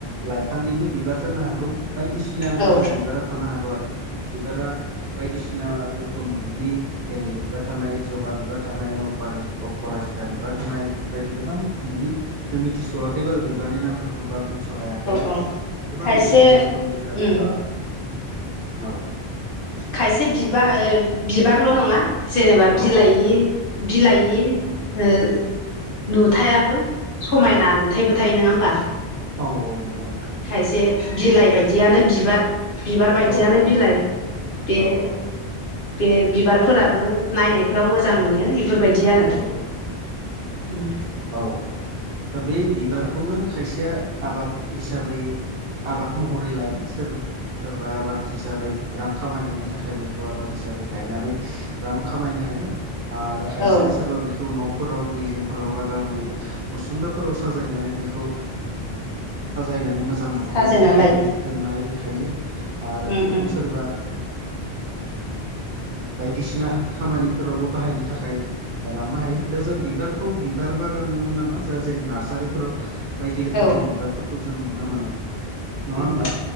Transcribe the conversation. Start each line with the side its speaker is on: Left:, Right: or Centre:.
Right: लाइफांनिबो बिबार जानो हागौ बायदिसिना बाद
Left: औ
Right: बसिना जा बिबारा थानो हागौ आरो बिबारा बायदिसिना रोखोमनि गेन्दे बिबार थानाय जबा बिबार थानाय अपराजिता बिबार थानाय बेफोरबायदि गोबां। नोंनि जों मिथिस'आाखै बार बिबारनि नामा बा बुंस' हायाखै
Left: औ
Right: गोबां
Left: खायसे
Right: रोखोमनि जा
Left: उम
Right: औ।
Left: खायसे बिबार
Right: औ फोरमायजागोन
Left: बिबारल' नङा जेनेबा
Right: औ
Left: बिलाइनि
Right: औ
Left: बिलाइनि ओ नुथायाबो समायना नुथायबो थायो नङा होमबा?
Right: औ औ नंगौ नोंथां।
Left: ओ खायसे बिलाइ
Right: औ
Left: बायदियानो बिबार बिबार बायदियानो
Right: औ
Left: बिलाइ
Right: औ
Left: बे
Right: औ औ
Left: बे बिबारफोराबो
Right: औ
Left: नायनायफोराव मोजां नुयो। बेफोरबादि आरो
Right: औ औ
Left: उम
Right: औ दा बे बिबारखौनो खायसेया आबाद हिसाबै आबाद महरै लायो सोर सोरबा आबाद हिसाबै रां खामायनायनि थाखाय बेखौ आबाद हिसाबै गायनानै रां खामायनो हायो आरो। खायसेया
Left: औ
Right: सोरबा बेखौ न'फोराव बिल्डिंफोराव बा गावनि ओ उसन्दाफोराव साजायनानै बेखौ साजायनानै ओ मोजां मोजां नाहोनायनि
Left: साजोना
Right: थाखायबो
Left: लायो
Right: दोननो हायो आरो
Left: उम
Right: बेखौ
Left: उम
Right: सोरबा बादिसिना खामानिफोरावबो बाहायनो थाखाय लांनो हायो दा जों बिबारखौ बिबार बागानल' न ना ज' जेरै- नार्सारिफोराव बायदि रोखोमनि
Left: औ
Right: बिबारफोरखौ जों नुनो मोनो नङा
Left: उम
Right: होमब्ला